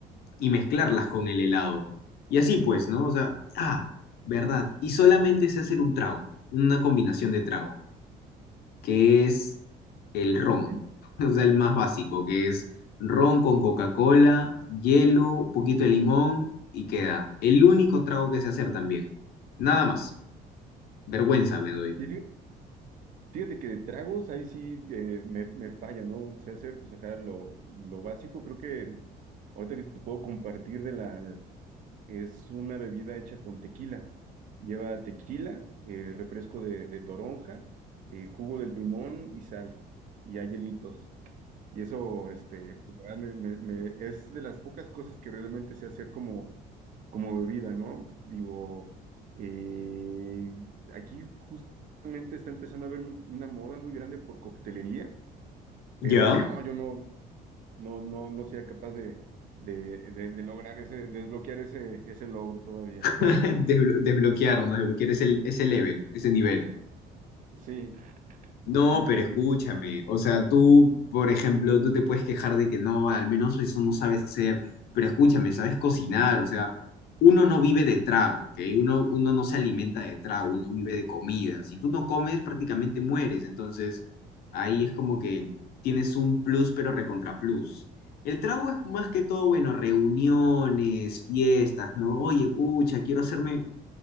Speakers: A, on the left; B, on the right.
A: y mezclarlas con el helado. Y así pues, ¿no? O sea, ah, verdad. Y solamente sé hacer un trago, una combinación de trago que es el ron,
B: Sí.
A: <laughs> o sea, el más básico, que es ron con Coca-Cola, hielo, poquito de limón y queda. El único trago que sé hacer también. Nada más. Vergüenza me doy.
B: Y fí- Fíjate que de tragos ahí sí eh, me, me falla, ¿no? Sé hacer, pues, ajá, lo, lo básico. Creo que ahorita que te puedo compartir de la... Es una bebida hecha con tequila. Lleva tequila, eh, refresco de, de toronja, eh, jugo de limón y sal. Y hay hielitos. Y eso, este, pues, la verdad, me, me- me- es de las pocas cosas que realmente sé hacer como, como bebida, ¿no? Digo, eh, aquí justamente está empezando a haber mu- una moda muy grande por coctelería,
A: Ya.
B: pero no, yo no, no, no, no sería capaz de, de, de- de lograr ese, desbloquear ese, ese logro todavía.
A: <laughs>
B: <laughs>
A: Desblo- desbloquear, ¿no? Desbloquear ese, ese level, ese nivel.
B: Sí,
A: No,
B: sí,
A: pero
B: sí, sí,
A: escúchame, o sea, tú, por ejemplo, tú te puedes quejar de que no, al menos eso no sabes hacer, pero escúchame, sabes cocinar, o sea, uno no vive de trago, ¿ok? Uno, uno no se alimenta de trago, uno vive de comida. Si tú no comes, prácticamente mueres, entonces ahí es como que tienes un plus, pero recontra plus. El trago es más que todo, bueno, reuniones, fiestas, ¿no? Oye, pucha, quiero hacerme,